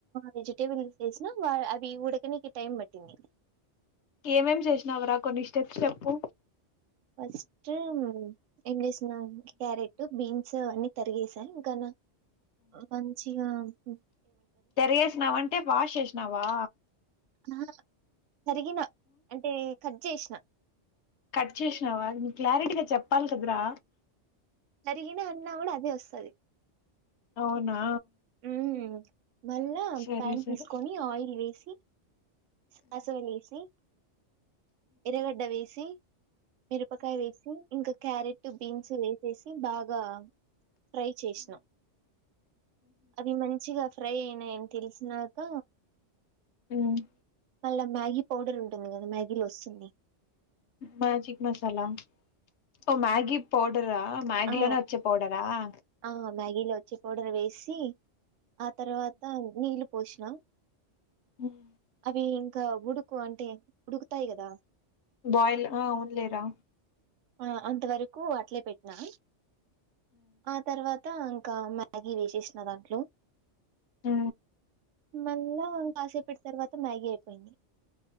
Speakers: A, on the right (about 80°); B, on the left (about 70°).
A: వెజిట టేబుల్ తీసేసిన అవి ఉడకనికి టైమ్ పట్టింది
B: ఏమేమి చేసినావురా కొన్ని స్టెప్స్ చెప్పు
A: ఫస్ట్ హుమ్ ఏం జేస్ నా క్యారెటు బీన్స్ సో అవన్నీ తరిగేస ఇంకా నా మంచిగా హుమ్
B: తెరగేసినవంటే వాష్ చేసినావా
A: నా తరిగిన అంటే కట్ జేసినా
B: కట్ చేసినావా నీ క్లారిటీగా చెప్పాలి కదరా
A: తరిగిన అన్ అన్నా కూడా అదే వస్తది
B: అవునా
A: హుమ్ మళ్ళా
B: సరే
A: ప్యాన్
B: సరే
A: తీసుకొని ఆయిల్ వేసి శాసవేసి ఎరగడ్డ వేసి మిరపకాయ వేసి ఇంకా క్యారెటు బీన్స్ వేసేసి బాగా ఫ్రై చేసినా అవి మంచిగా ఫ్రై అయినాయి అని తెలిసినాక
B: ఉమ్
A: మళ్ళ మ్యాగీ పౌడర్ ఉంటంది కా మ్యాగీలో వస్తే స్తోంది
B: మ్యాజక్ మసాలా ఓ మ్యాగిీ పౌడరా మగ్గి
A: ఆ
B: లోనే వచ్చే పౌడరా ఆ
A: ఆ మ్యాగి లో వచ్చే పౌడర్ వేసి తి ఆ తర్వాత నీళ్లు పోష్న
B: హుమ్
A: అవి ఇంకా ఉడుకు అంటే ఉడుకుతాయి కదా
B: బాయిల్ అవునులేరా
A: ఆ అంతవరకు అట్లే పెట్ నా ఆ తర్వాత అ ఇంకా మ్యాగీ వేసేసిన దాంట్లో
B: ఆ
A: మళ్ల కాసేపుయ్ల‌ ఇప్పటి తర్వాత మ్యాగీ అయిపోయింది